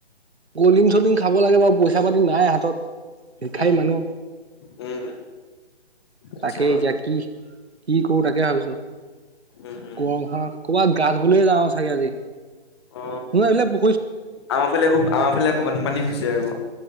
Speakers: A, on the right; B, on the left.
A: কলিং - চলিং খাব লাগে বাৰু পইচা পাতি নায়ে হাতত ভিক্ষাৰী
B: উম
A: মানুহ।
B: উম। আচ্ছা
A: তাকে এতিয়া কি কি কৰো তাকে ভাবিছো।
B: উম উম
A: গৰম খনত ক'ৰবাত গা ধুবলে যাওঁ চাগে আজি
B: অ
A: ন এইবিলাক পু
B: আমাৰ ফালে আকৌ আমাৰ ফালে আকৌ বানপানী হৈছে আক